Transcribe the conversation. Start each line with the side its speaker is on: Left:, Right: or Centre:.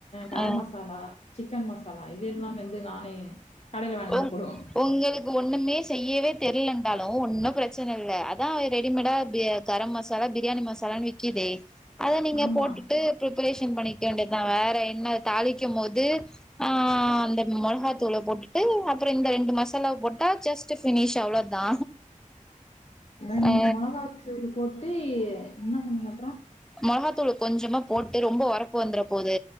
Left: கரம்
Centre: ஆ
Left: மசாலா சிக்கன் மசாலா இது எல்லாமே வந்து நானே கடையில வாங்கிட்டு வந்து
Centre: உங்
Left: தான் போடுவேன்.
Centre: உங்களுக்கு ஒண்ணுமே செய்யவே தெரியல ன்ட்டாலும் ஒன்னும் பிரச்சன இல்ல அதா ரெடிமேடா கரம் மசாலா பிரியாணி மசாலான்னு விக்குதே அத நீங்க
Left: ஆமா.
Centre: போட்டுட்டு பிரிப்பரேஷன் பண்ணிக்க வேண்டியதுதா வேற என்ன தாளிக்கும்போது ஆ அந்த மிளகாத்தூளை போட்டு டு அப்பறோ இந்த ரெண்டு மசாலா போட்டா ஜஸ்ட் பினிஷ் அவ்ளோதா
Left: ரெண்ட்
Centre: ஆ
Left: மொளகாத்து போட்டு த்து என்ன பண்லா
Centre: மொளகாத் தூளு கொஞ்சமா போட்டு ரொம்ப ஒரப்பு வந்துற போது